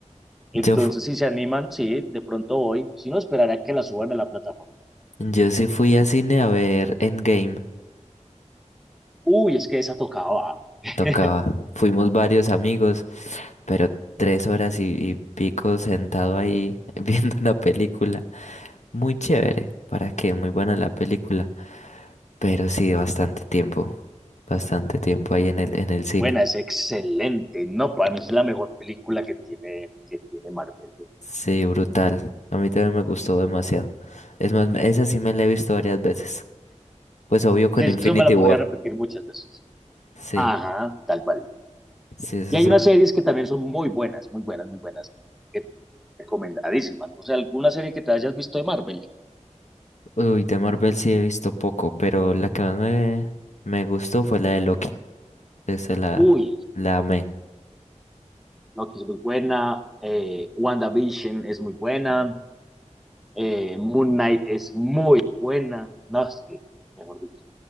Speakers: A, in the centre; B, on the left.
A: Entonces,
B: <laughs> Yo, fu-
A: si se animan, sí, de pronto voy. Si no, esperaré a que la suban a la plataforma.
B: yo sí fui a cine a ver Endgame.
A: Uy, es que esa tocaba. <laughs>
B: Tocaba. Fuimos varios amigos, pero tres horas y, y pico sentado ahí <laughs> viendo una película. Muy chévere, ¿para qué? Muy buena la película. Pero sí, bastante tiempo, bastante tiempo ahí en el, en el cine.
A: Buena, es excelente. No, para mí es la mejor película que tiene, que tiene Marvel.
B: Sí, brutal. A mí también me gustó demasiado. Es más, me- esa sí me la he visto varias veces. Pues obvio con
A: Sí, eso
B: Infinity
A: me la
B: War.
A: podría repetir muchas veces.
B: Sí,
A: Ajá, tal cual.
B: sí, es
A: Y
B: eso.
A: hay unas series que también son muy buenas, muy buenas, muy buenas. que- recomendadísimas. No sé, alguna serie que te hayas visto de Marvel.
B: Uy, de Marvel sí he visto poco, pero la que más me, me gustó fue la de Loki. Esa la,
A: Uy,
B: la amé.
A: Loki es muy buena. eh, WandaVision es muy buena. Eh, Moon Knight es muy buena. No, es que, mejor dicho.